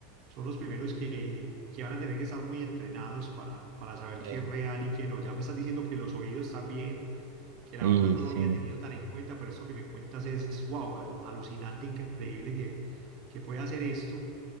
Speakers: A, on the right; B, on the right.
A: son los primeros que, que van a tener que estar muy entrenados para, para saber
B: sí,
A: qué es real y qué no. Ya me estás diciendo que los oídos también, que la
B: Y
A: verdad no lo había
B: sí.
A: tenido tan en cuenta, pero esto que me cuentas es, wow, al- alucinante, increíble que, que pueda hacer esto.